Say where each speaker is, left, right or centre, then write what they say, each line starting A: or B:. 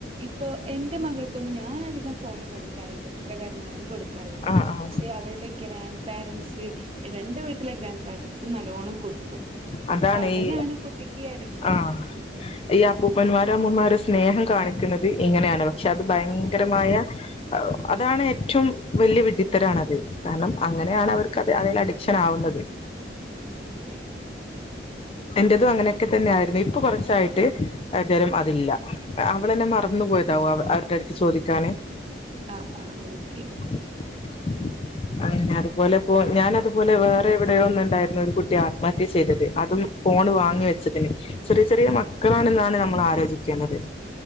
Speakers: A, on the right (about 30°); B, on the left (about 30°).
A: ഇപ്പൊ എന്റെ മകൾക്കൊന്നും ഞാൻ അധികം ഫോണ് കൊടുക്കാറില്ല എത്ര കരഞ്ഞാലും കൊടുക്കാറില്ല
B: ആ ആ
A: പക്ഷെ അവളുടെ ഗ്രാൻഡ് പാരൻറ്സ് രണ്ടു വീട്ടിലെ ഗ്രാൻഡ് പാരൻറ്സും നല്ലോണം കൊടുക്കും ക്കും
B: അതാണ്
A: അപ്പൊ അവരാണ്
B: ഈ
A: കുട്ടിക്ക് ഈ അഡിക്ഷൻ
B: ആഹ്
A: ഇണ്ടാക്കുന്നത്
B: ഈ അപ്പൂപ്പന്മാരും അമ്മന്മാരും സ്നേഹം കാണിക്കുന്നത് ഇങ്ങനെയാണ് പക്ഷെ അത് ഭയങ്കരമായ
A: അതെ
B: അതാണ് ഏറ്റവും വലിയ വിഡിത്തരാണത് കാരണം അങ്ങനെയാണ്
A: അതെ അതെ
B: അവർക്കത് അതിലഡി ക്ഷണാആവുന്നത്..
A: മ്ഹ്. അതെആ..
B: എന്റെതും. അങ്ങനെയൊക്കെ തന്നെ ആയിരുന്നു ഇപ്പൊ കുറച്ചായിട്ട് ണ്ടേലും അതില്ല അവളന്നെ
A: ഉം
B: മറന്നു പോയി.. ണ്ടാവുഅവൾ. അവരുടെ അടുത്ത് ചോദിക്കാന്..
A: ആ. ആ. ഓക്കെ..
B: <inaudible> അതന്നെ. അതുപോലെപ്പോ ഞാാന അതുപോലെ വേറെ എവിടെയൊ ഒന്നുണ്ടായിരുന്നു ഒരു കുട്ടിയാ ആത്മ.. ട്ടി. ചെയ്തത് അതും ഫോണ് വാങ്ങി വെച്ചതിന്.. ചെറിചെറിയെ മക്കളാണെന്നാണ് നമ്മൾ ആലോചിക്കേണ്ടത്..